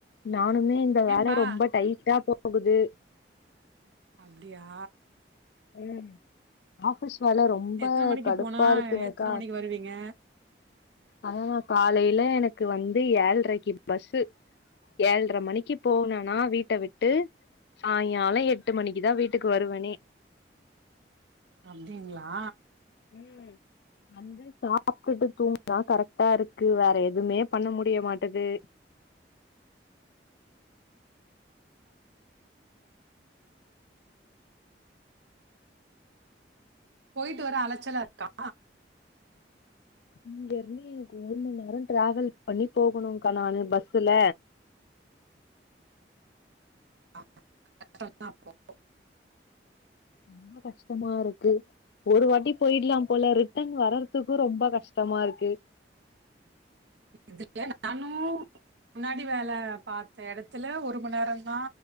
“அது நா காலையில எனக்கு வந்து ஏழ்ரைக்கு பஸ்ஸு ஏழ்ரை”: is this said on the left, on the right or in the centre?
Left